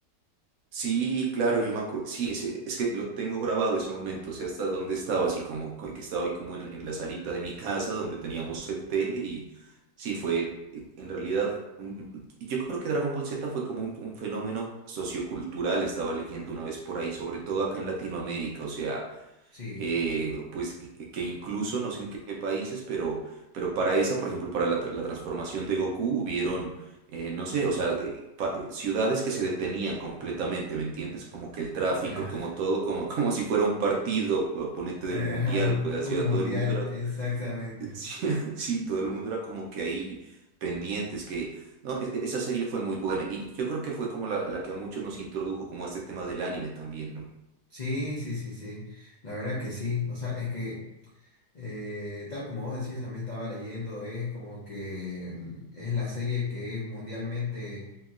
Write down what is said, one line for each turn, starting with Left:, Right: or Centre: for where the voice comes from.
Right: Sí, claro, yo me acuerdo. Sí, ese- es que lo tengo grabado ese momento, o sea, hasta donde estaba, así como co- que estaba ahí como en, en la salita de mi casa donde teníamos el tele y sí, fue eh, en realidad. un- yo creo que Dragon Ball Z fue como un, un fenómeno sociocultural, estaba leyendo una vez por ahí, sobre todo acá en Latinoamérica, o sea.
Left: Sí,
Right: eh, pues que, que- que incluso no sé en qué países, pero, pero para esa, por ejemplo, para la, tra- la transformación de Goku hubieron, eh, no sé, o sea, eh, pa- eh, ciudades que se detenían completamente, ¿me entiendes? Como que el tráfico,
Left: ah,
Right: como todo, como, <laughs> como si fuera un partido, po- ponete del
Left: ajá,
Right: mundial, pues así,
Left: un mundial,
Right: todo el mundo era,
Left: exactamente.
Right: <laughs> sí, sí, todo el mundo era como que ahí pendientes, que... No, e- e- esa serie fue muy buena y yo creo que fue como la, la que a muchos nos introdujo como a este tema del anime también, ¿no?
Left: Sí, sí, sí, sí, la verdad que sí, o sea, es que Eh, tal como vos decís, yo también estaba leyendo, es como que mm, es la serie que es mundialmente